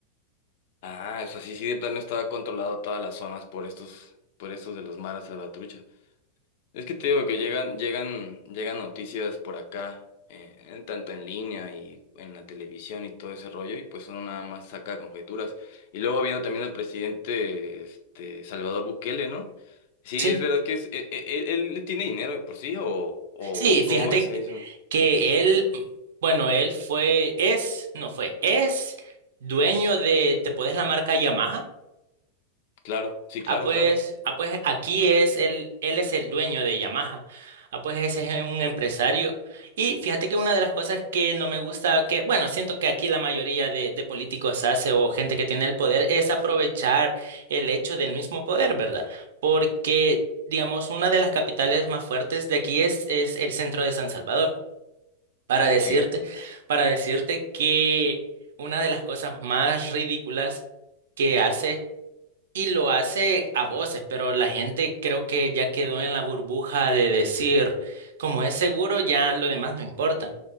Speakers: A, on the left (about 50°); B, on the right (about 60°).
A: Ah, eso sí, sí, de plano estaba controlado todas las zonas por estos, por estos de los maras salvatrucha. Es que te digo que llegan, llegan, llegan noticias por acá, eh, en- tanto en línea y en la televisión y todo ese rollo, y pues uno nada más saca conjeturas. Y luego viendo también al presidente, este, Salvador Bukele, ¿no? Sí,
B: Sí,
A: es verdad que es, e- e- e- él, tiene dinero de por sí, o, o
B: sí, fíjate
A: ¿cómo ves a
B: que
A: eso?
B: que él, bueno, él fue, es, no fue, es dueño de, ¿te podés la marca Yamaha?
A: Claro, sí, claro,
B: Ah, pues,
A: claro.
B: ah, pues aquí es el, él es el dueño de Yamaha. Ah, pues ese es un empresario. Y fíjate que una de las cosas que no me gusta, que, bueno, siento que aquí la mayoría de, de políticos hace o gente que tiene el poder es aprovechar el hecho del mismo poder, ¿verdad? Porque, digamos, una de las capitales más fuertes de aquí es, es el centro de San Salvador. Para
A: Ok.
B: decirte, para decirte que una de las cosas más ridículas que hace y lo hace a voces, pero la gente creo que ya quedó en la burbuja de decir, como es seguro, ya lo demás no importa.